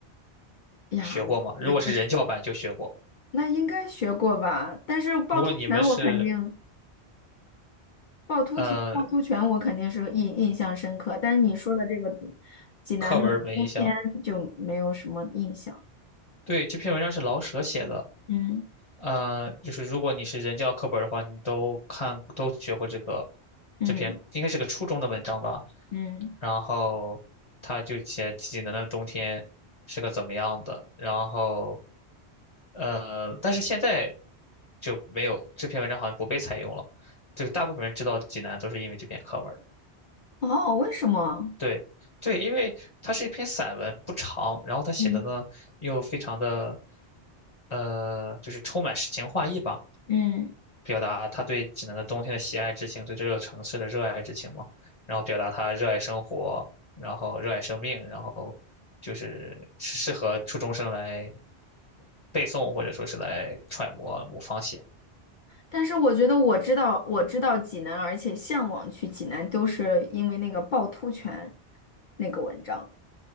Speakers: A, on the left; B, on the left.
A: 呀，
B: 学过吗？
A: 我我记
B: 如果是人教版就学过，
A: 那应该学过吧？但是趵突泉我肯定，
B: 如果你们是
A: 趵突泉趵突泉我肯定是印印象深刻，
B: 呃
A: 但是你说的这个济南的冬天就没有什么印象。
B: 课文儿没印象。对，这篇文章是老舍写的，
A: 嗯
B: 呃，就是如果你是人教课本儿的话，你都看都学过这个
A: 嗯
B: 这篇，应该是个初中的文章吧。
A: 嗯，
B: 然后他就写济南的冬天是个怎么样的，然后呃，但是现在就没有这篇文章好像不被采用了，这个大部分人知道济南都是因为这篇课文儿
A: 哦，为什么？
B: 对，对，因为它是一篇散文，不长，然后他写的呢又非常的
A: 嗯
B: 呃，就是充满诗情画意吧。
A: 嗯，
B: 表达他对济南的冬天的喜爱之情，对这座城市的热爱之情嘛。然后表达他热爱生活，然后热爱生命，然后就是是适合初中生来背诵或者说是来揣摩某方写。
A: 但是我觉得我知道我知道济南，而且向往去济南，都是因为那个趵突泉那个文章。